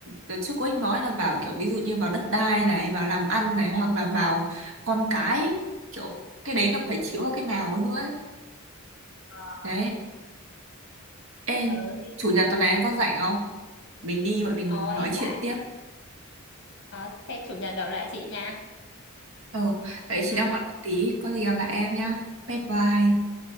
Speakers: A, on the right (about 70°); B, on the left (about 55°).
A: đợt trước cô ấy nói là vào kiểu ví dụ như vào đất đai này vào làm ăn này hoặc là vào con cái kiểu cái đấy nó phải chiếu vào cái nào ấy nữa ấy.
B: ờ
A: đấy Ê,
B: ờ, thế
A: chủ nhật tuần này em có rảnh không mình đi bọn mình
B: ờ em
A: nói chuyện
B: phải
A: tiếp
B: ờ, thế chủ nhật gặp lại chị nha
A: ờ đấy
B: bye
A: chị
B: bye
A: đang bận một tí có gì gặp lại em nhá bye bye